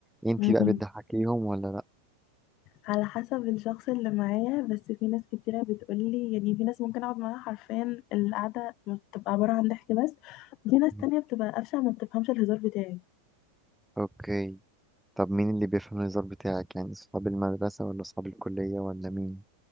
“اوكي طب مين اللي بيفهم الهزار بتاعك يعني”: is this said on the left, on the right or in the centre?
Centre